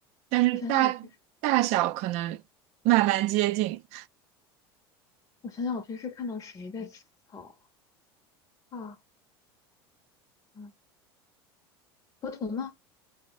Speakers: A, on the right (about 55°); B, on the left (about 25°).
A: 但是大大小可能慢慢接近
B: 我想想我平时，我想想我平时看到谁在吃草啊？啊嗯河豚吗？